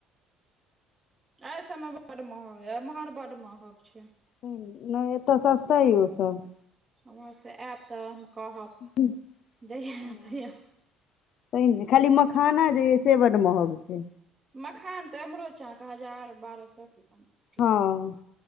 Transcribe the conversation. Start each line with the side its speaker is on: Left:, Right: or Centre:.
Right: अइ सबमे बड्ड महग एम्हर बड्ड महग छै।
Left: हूँ नइ एतऽ सस्ता अइ ओ सब।
Right: उम्हर से आएब तऽ। कहब
Left: <unintelligible>
Right: जहिया तहिया
Left: तै ने खाली मखाना जे अइ से बड्ड महग छै।
Right: मखान तऽ एम्हरो छै अहाँक हजार बारह सौ के अन किलो
Left: हँ